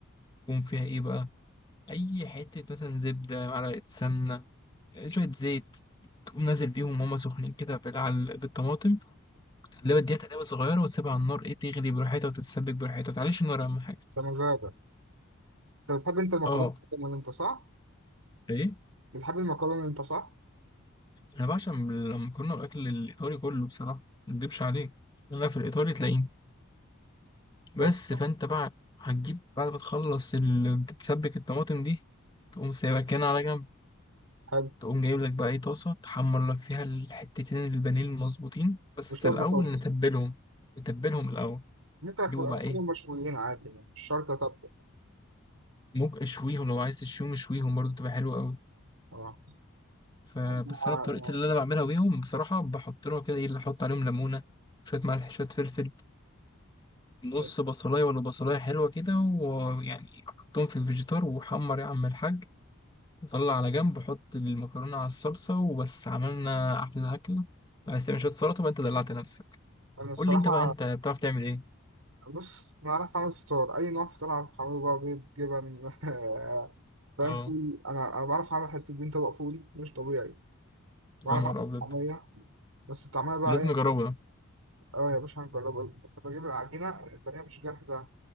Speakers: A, on the left; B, on the right.
A: تقوم فيها ايه بقى أي حتة مثلا زبدة معلقة سمنة شوية زيت تقوم نازل بيهم وهما سخنين كده بال- على- ال- بالطماطم اللي بديها تقليبة صغيرة وتسيبها على النار ايه تغلي براحتها وتتسبك براحتها ما تعليش النار أهم حاجة
B: ده مزاجك انت بتحب انت المكرونه
A: اه
B: اللي انت صح؟
A: ايه
B: بتحب المكرونه اللي انت صح؟
A: انا بعشق المكرونه والاكل الايطالي كله بصراحه ما اكدبش عليك انا في الايطالي تلاقيني بس
B: بس
A: فانت بقى هتجيب بعد ما تخلص ال- بتتسبك الطماطم دي تقوم سايبها كده على جنب
B: حلو
A: تقوم جايب لك بقى ايه طاسه تحمر لك فيها الحتتين البانيه المظبوطين بس
B: مش شرط
A: الاول
B: طبخ
A: نتبلهم نتبلهم الاول
B: ممكن اكل
A: جيبوا
B: اكل
A: بقى ايه
B: مشويين عادي يعني مش شرط اطبخ
A: ممكن اشويهم لو عايز تشويهم اشويهم برضه تبقى حلوه قوي
B: اه
A: فبس
B: انا آه،
A: انا بطريقتي اللي انا بعملها بيهم بصراحه بحط لهم كده ايه اللي احط عليهم ليمونه شويه ملح شويه فلفل نص
B: إيه،
A: بصلاية ولا بصلاية حلوة كده ويعني حطهم في الفيجيتار وحمر يا عم الحاج وطلع على جنب حط المكرونة على الصلصة وبس عملنا أحلى أكلة عايز تعمل شوية سلطة بقى أنت دلعت نفسك
B: انا الصراحه
A: قول لي أنت بقى أنت بتعرف تعمل إيه؟
B: بص انا عارف اعمل فطار اي نوع فطار عارف اعمله بقى بيض جبن <laughs> فاهم
A: أه
B: فول انا انا بعرف اعمل حته دين طبق فول مش طبيعي بعرف
A: يا نهار
B: اعمل
A: أبيض
B: طعميه بس الطعميه بقى
A: ده لازم
B: ايه
A: نجربه ده
B: اه يا باشا هنجربها بس بجيب العجينه اللي هي مش جاهزه